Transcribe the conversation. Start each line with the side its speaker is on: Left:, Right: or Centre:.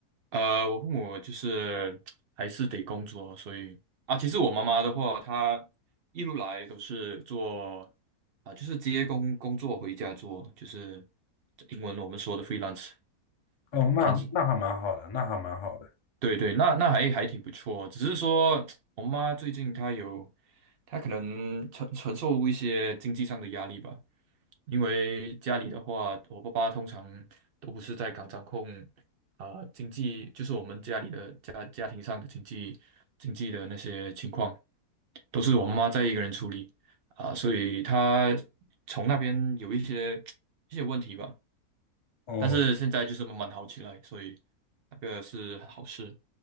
Right: 呃，我父母就是还是得工作，所以啊，其实我妈妈的话，她一路来都是做啊，就是接工工作回家做，就是英文我们说的 freelance，
Left: 哦，那那还蛮好的，
Right: 但是
Left: 那还蛮好的。
Right: 对对，那那还还挺不错哦，只是说 <tsk> 我妈最近她有，她可能承承受一些经济上的压力吧，因为家里的话，我爸爸通常都不是在港掌控啊、经济，就是我们家里的家家庭上的经济经济的那些情况，都是我妈妈在一个人处理啊、所以她从那边有一些 <tsk> 一些问题吧，
Left: 哦，
Right: 但是现在就是慢慢好起来，所以那个是好事。